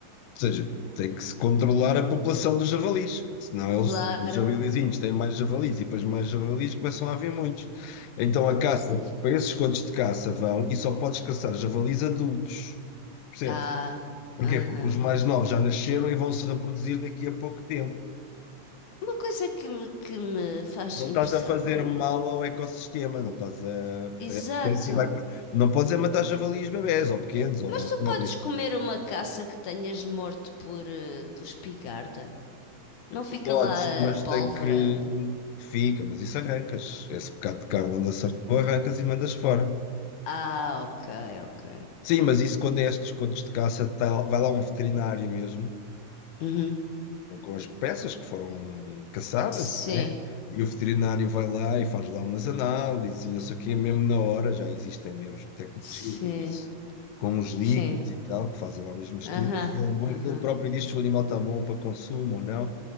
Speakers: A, on the left; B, on the left.
A: seja, tem que se controlar a população dos javalis. Senão eles,
B: Claro.
A: os javalizinhos têm mais javalis e depois mais javalis começam a haver muitos. Então a
B: Muito
A: caça,
B: feliz.
A: para esses cotos de caça vão e só podes caçar javalis adultos. Percebes?
B: Ah,
A: Porquê?
B: aham.
A: Porque os mais novos já nasceram e vão se reproduzir daqui a pouco tempo.
B: Uma coisa que me, que me faz
A: Não
B: impressão,
A: estás a fazer
B: como...
A: mal ao ecossistema, não estás a.
B: Exato.
A: A espécie vai. Não podes é matar javalis bebés ou pequenos ou
B: Mas tu
A: novos.
B: podes comer uma caça que tenhas morto por, eh, por espingarda? Não fica
A: Podes,
B: lá
A: mas
B: a pólvora?
A: tem que. hum, Fica, mas isso arrancas. Esse bocado de carne onde acertou, arrancas e mandas fora.
B: Ah, ok, ok.
A: Sim, mas isso quando é estes contos de caça, tá- vai lá um veterinário mesmo,
B: Uhum.
A: com, com as peças que foram caçadas,
B: Sim,
A: não é? E o veterinário vai lá e faz lá umas análises e não sei o quê, mesmo na hora, já existem mesmo tecnologia
B: sim,
A: para isso, com os líquidos
B: sim.
A: e tal, que fazem lá umas misturas,
B: Aham,
A: e ele,
B: aham.
A: ele próprio diz se o animal está bom para consumo ou não.